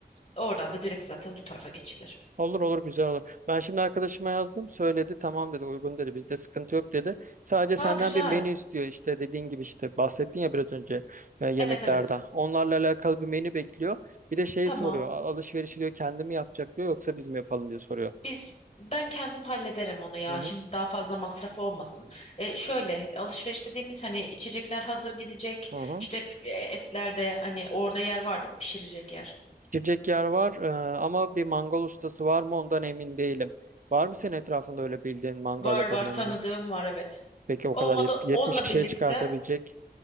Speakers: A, on the left; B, on the right.
A: Oradan da direkt zaten o tarafa geçilir.
B: Olur olur güzel olur. Ben şimdi arkadaşıma yazdım. Söyledi tamam dedi uygun dedi bizde sıkıntı yok dedi. Sadece
A: Ha
B: senden
A: güzel.
B: bir menü istiyor işte dediğin gibi işte bahsettin ya biraz önce e, yemeklerden.
A: Evet evet.
B: Onlarla alakalı bir menü bekliyor. Bir de şey
A: Tamam.
B: soruyor "A- alışverişi diyor kendi yapacak diyor yoksa biz mi yapalım diyor soruyor.
A: Biz ben kendim hallederim onu ya.
B: Hı hı,
A: Şimdi daha fazla masraf olmasın. E, şöyle alışveriş dediğimiz hani içecekler hazır gidecek.
B: hı hı.
A: İşte p- e, etler de hani orada yer var değil mi? Pişirecek yer.
B: Girecek yer var e, ama bir mangal ustası var mı ondan emin değilim. Var mı senin etrafında öyle bildiğin mangal
A: Var
B: yapabilen
A: var tanıdığım
B: biri?
A: var evet.
B: Peki o
A: Olmadı
B: kadar yet- 70
A: onunla
B: kişiye
A: birlikte
B: çıkartabilecek.